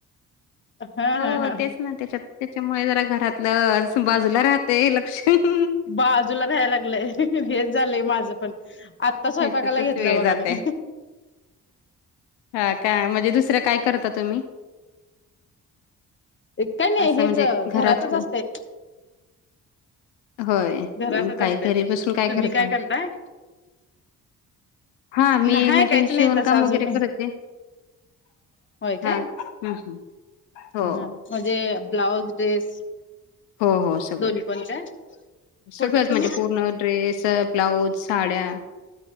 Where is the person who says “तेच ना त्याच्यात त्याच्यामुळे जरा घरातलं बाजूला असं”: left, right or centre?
Left